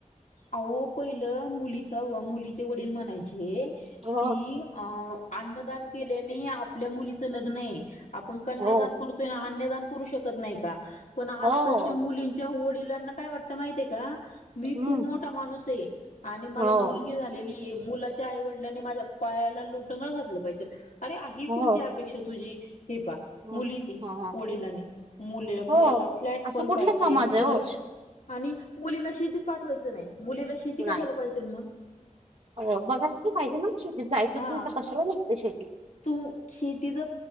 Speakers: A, on the left (about 70°); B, on the right (about 50°).
A: अहो पहिलं मुलीचा व मुली वडील म्हणायचे
B: हो
A: की अन्नदान केल्या आपल्या मुलीचा आपण कन्यादान
B: हो
A: करतोय अन्यदान करू शकत नाही का पण आजकालच्या
B: हो
A: मुलींच्या वडिलांना काय वाटतं माहितय का मी
B: हम्म
A: खूप मोठा माणूस आहे आणि मला
B: हो
A: मुलगी झालेली आहे मुला आईवडलांनी माझ्या पायाला लोटंगन घातलं पाहिजे अरे आहे
B: हो
A: कोणती अपेक्षा तुझी हे पा
B: हो
A: मुलीची वडिलांनी मुले
B: हो
A: मुलाला फ्लॅट
B: असं
A: पण
B: कुठला
A: पाहिजे
B: समाज
A: घर
B: आहे हो
A: आणि मुलीला शेतीत पाठवायचं नाही मुलीला शेती
B: नाही
A: कशाला पाहिजे मग
B: हो बघाला क फहितीे ना म शेतीत जायचं
A: हा
B: क नाही तर कशाला लागतं शेती
A: तू शेती जर